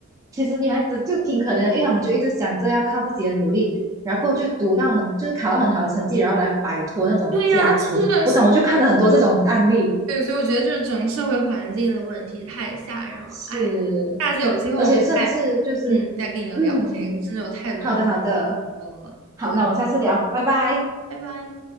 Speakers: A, on the right; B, on the right.
A: 其实女孩子就挺可怜的，因为他们就一直想着要靠自己的努力，然后就读到很就是考到很好的成绩，然后来摆脱那种家庭。
B: 对呀，是的，
A: 我懂，
B: 是的，
A: 我就看了很多这种案例。
B: 对，所以我觉得就是整个社会环境的问题太吓人了。
A: 是，
B: 哎，下次有机会我们再
A: 而且甚至就是，
B: 嗯再跟你聊这个，
A: 嗯，
B: 真的有太多东西
A: 好的，好的，
B: 说了。
A: 好，
B: 对，
A: 那我们下次聊，拜拜。
B: 拜拜。